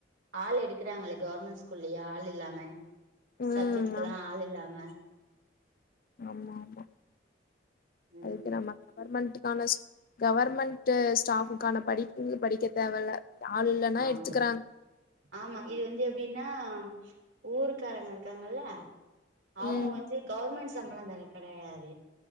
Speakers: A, on the right; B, on the left.
A: ஆள் எடுக்கறாங்களே கவர்மெண்ட் ஸ்கூல்லயே ஆள் இல்லாம சப்ஜெக்ட்டுக்கெல்லா
B: ம் ஆம்
A: ஆள் இல்லாம
B: ஆமாமா
A: ம்
B: அதுக்கு நம்ம <inaudible> கவர்மெண்ட்டுக்கான கவர்மெண்ட்டு ஸ்டாஃபுக்கான படிப்பு படிக்க தேவல்ல ஆள் இல்லனா
A: ஆமா
B: எடுத்துக்கறாங்
A: ஆமா இது வந்து எப்டின்னா ஊருக்காரங்க இருக்காங்கல்ல அவுங்க
B: ம்
A: வந்து கவர்மெண்ட் சம்பளோ தான கெடையாது